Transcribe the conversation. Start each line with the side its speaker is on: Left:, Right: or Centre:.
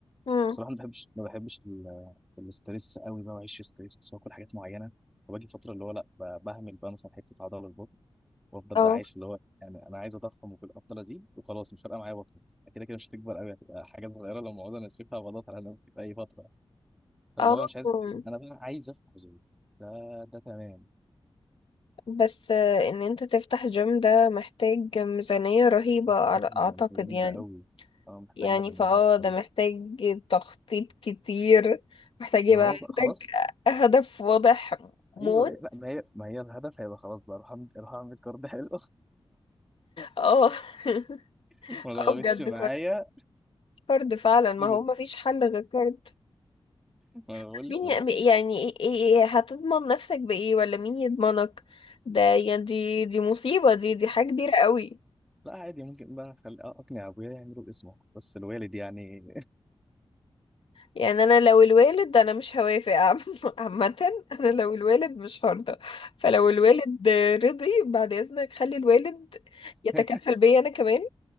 Left: امم
Centre: بصراحه ما بحبش ما بحبش ال- الاستريس قوي بقى واعيش في ستريس واكل حاجات معينه فباجي فتره اللي هو لا ب- بهمل بقى مثلا حته عضله البطن وافضل
Left: اه
Centre: بقى عايش اللي هو يعني انا عايز اضخم وكل افضل ازيد وخلاص مش فارقه معايا بطني كده كده مش هتكبر قوي هتبقى حاجه صغيره لو موجوده انا شايفها بضغط على نفسي في اي فتره فاللي
Left: اه
Centre: هو مش عايز
Left: مم.
Centre: استريس انا بقى عايز افتح جيم ده ده تمام
Left: بس آه، ان انت تفتح جيم ده محتاج ميزانية رهيبة
Centre: محتاج
Left: على-
Centre: ميزانيه
Left: اعتقد
Centre: جامده
Left: يعني
Centre: قوي اه محتاج
Left: يعني
Centre: ميزانيه
Left: فاه
Centre: جامده
Left: ده
Centre: قوي
Left: محتاج تخطيط كتير محتاج
Centre: ما
Left: يبقى
Centre: هو
Left: عندك
Centre: بقى خلاص
Left: هدف واضح موت
Centre: ايوه أيوة. لا ما هي ما هي الهدف هيبقى خلاص بقى اروح اعمل أروح أعمل كارد حلو
Left: اه <laughs>
Centre: <laughs> ما ضربتش
Left: اه بجد
Centre: معايا
Left: كارد فعلا ما
Centre: إيه
Left: هو
Centre: ده؟
Left: ما فيش حل غير كارد
Centre: ما انا بقول
Left: بس
Centre: لك
Left: مين
Centre: ما ده-
Left: ي- يعني إيه إيه إيه هتضمن نفسك بإيه ولا مين يضمنك ده يعني دي دي مصيبة دي دي حاجة كبيرة قوي
Centre: لا عادي ممكن بقى خل... اقنع ابويا يعملوا اسمه بس الوالد يعني
Left: يعني انا لو الوالد انا مش هوافق عم- <laughs> عامة انا لو الوالد مش هرضى فلو الوالد رضي بعد اذنك خلي الوالد يتكفل
Centre: <laughs>
Left: بيا انا كمان